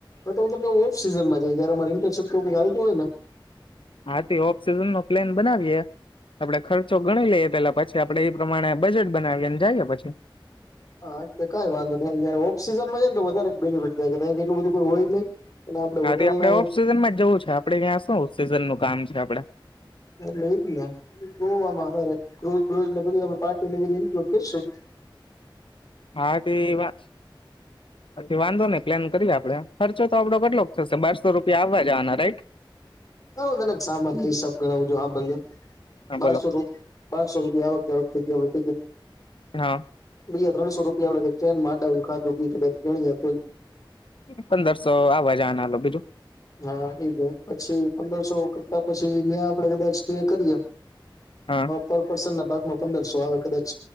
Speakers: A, on the left; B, on the left.
A: બ હુ, ઓફ સીઝન માં જઈ જયમારે ઇન્ટરશિપ ચાલતું હોય, ને
B: હાથી, ઓફ સિઝન નો પ્લેન બનાવીયે આપડે ખર્ચો ગણી લઈએ, પેલા પછી. આપડે એ પ્રમાણે, બજેટ બનાવીને જઈએ, પછી
A: હા, કઈ વાંધો ન ઓફ સીઝનમાં છે. બેનિફિટ થાયટલું બધું કોઈ હોય નઈ અને આપડે
B: હાથી,
A: હોટલમાં
B: આપડે ઓફ સિઝન માં જ જવું છે, આપડે ત્યાં શ સિઝન ન કામ છે, આપડે
A: એટલે એજ ને ગવામાં ક્રોઝ, બ્રો ને બધું આપ્ટ બધ લ કેશું. હ
B: હા, તે વાત પછી વાંધો નઈ, પ્લાન કરીએે આપડે ખર્ચો તો આપડો કેટલો થશે બાર સો રૂપિયા, આવવા જવાના રાઈટ
A: હ, તનેક સામ્રી સબ ગણાવું જો હા, ભાઈ
B: હા
A: બારસો,
B: બોલો
A: બારસો રૂપિયા આવગ જારક થઈ ગયા ટિકિટ
B: હા
A: બીજા ત્રણસો રૂપિયા આપડે કે ચેન ખાધુ કદા ગણી
B: પંદરસો, આવાજનાલો બીજું
A: હા, એ જ પછી, પંદરસો કરતા પછી ન્યાં આપડે કદાચ કરીએ
B: હા
A: પર પર્સન, ના ભાગમાં પંદરસો આવે કદાચ